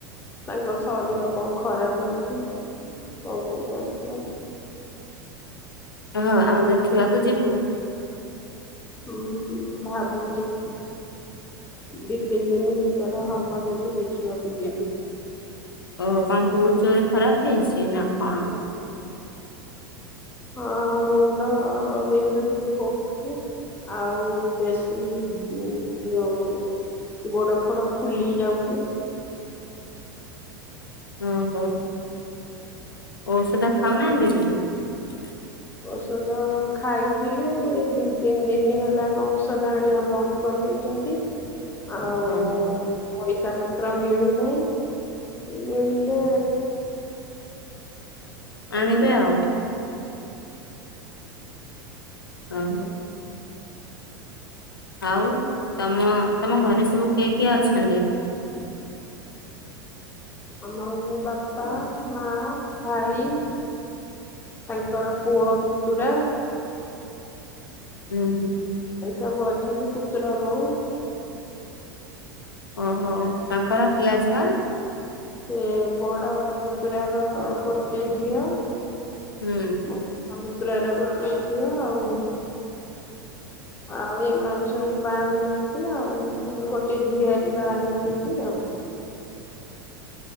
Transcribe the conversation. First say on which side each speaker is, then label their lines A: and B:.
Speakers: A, on the left (about 20°); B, on the left (about 80°).
A: ତାଙ୍କ ଶରୀର କଣ ଖରାପ ହେଇଛି କଁ <unintelligible>
B: ହଁ ଆଉ ଦେଖିବାକୁ ଯିବୁ।
A: ହୁଁ ଭାବୁଛି। ଦି ତିନି ଦିନ ଭିତରେ ହବ ଯଦି ଦେଖିବାକୁ ଯିବି।
B: ଓ କଣ ବହୁତ ଜୋରେ ଖରାପ ହେଇଛି ନା କଣ।
A: ହଁ ମୁଣ୍ଡବିନ୍ଧୁଥିଲି କହୁଥିଲେ। ଆଉ ବେଶୀ ଯୋଉ ଗୋଡ ଫୋଡ ଫୁଲି ଯାଉଛି।
B: ଓହୋ ଔଷଧ ଖାଉନାହାନ୍ତିିକି? <unintelligible>
A: ଔଷଧ ଖାଇଥିଲେ ଦି ତିନି ଦିନ ହେଲା କଣ ଔଷଧ ଆଣିବା ବନ୍ଦ କରିଦେଇଛନ୍ତି ଆଉ
B: ଓହୋ।
A: ପଇସା ପତ୍ର ମିଳି ନେଇଁ ମିଳିଲେ
B: ଆଣିବେ
A: ଆଣିବି
B: ଆଉ। ଓହୋ। ଆଉ ତମ ତମ ଘରେ ସବୁ କିଏ କିଏ ଅଛନ୍ତି?
A: ହଁ ଆମ ଘରେ ବାପା ମା ଭାଇ ତାଙ୍କର ପୁଅ ପୁତୁରା।
B: ହୁଁ ହୁଁ।
A: ଏ ସବୁ ଅଛନ୍ତି ପୁତୁରା ବୋଉ।
B: ଓହୋ ତାଙ୍କର ପିଲାଛୁଆ?
A: ସେ ବଡ ପୁତୁର ର ଗୋଟେ ଝିଅ
B: ହୁଁ।
A: <unintelligible> ବୁତୁରାର ଗୋଟେ ଝିଅ ଆଉ ଆଉ ଏମାନେ ସବୁ ବାହା ହେଇ ନାହାନ୍ତି ଆଉ ଗୋଟେ ଝିଆରୀ ବାହା ହେଇଯାଇଛି ଆଉ?